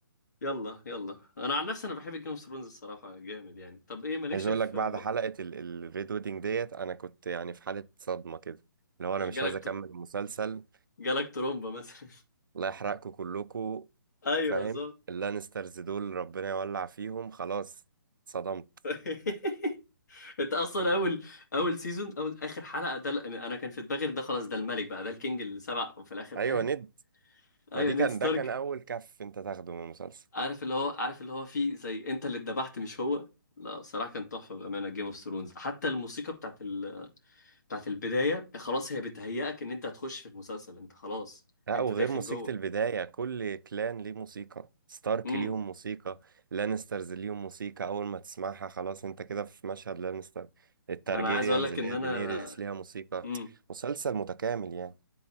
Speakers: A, on the left (about 50°); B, on the right (about 65°).
A: يلا يلا انا عن نفسي انا بحب جيم اوف ثرونز الصراحه جامد يعني طب ايه مالكش
B: عايز اقول
A: في
B: لك بعد
A: ف-
B: حلقة ال- الريد ويدنج ديت انا كنت يعني في حالة صدمة كده اللي هو انا
A: جالك
B: مش عايز اكمل المسلسل
A: جالك ترومبا مثلا <laughs>
B: الله يحرقكم كلكم
A: ايوه
B: فاهم
A: بالظبط
B: اللانسترز دول ربنا يولع فيهم خلاص صدمت
A: <laughs> انت اصلا اول اول سيزون اول اخر حلقه ده ال- انا كان في دماغي ان ده خلاص ده الملك بقى ده الكينج السبع وفي الاخر
B: ايوه
A: اه
B: ند
A: ايوه
B: ما دي
A: نيد
B: كان
A: ستارك
B: ده كان اول كف انت تاخده من المسلسل
A: عارف اللي هو عارف اللي هو فيه زي انت اللي اتذبحت مش هو لا صراحة كان تحفة بأمانة جيم اوف ثرونز حتى الموسيقى بتاعت ال... بتاعت البداية خلاص هي بتهيئك ان انت هتخش في المسلسل انت خلاص
B: لا
A: انت
B: وغير
A: داخل
B: موسيقى
A: جوه
B: البداية كل كلان ليه موسيقى ستارك
A: امم
B: ليهم موسيقى لانسترز ليهم موسيقى أول ما تسمعها خلاص أنت كده في مشهد لانستر التارجيريانز
A: انا عايز اقول لك
B: اللي
A: ان
B: هي
A: انا
B: دينيريس ليها موسيقى
A: امم
B: مسلسل متكامل يعني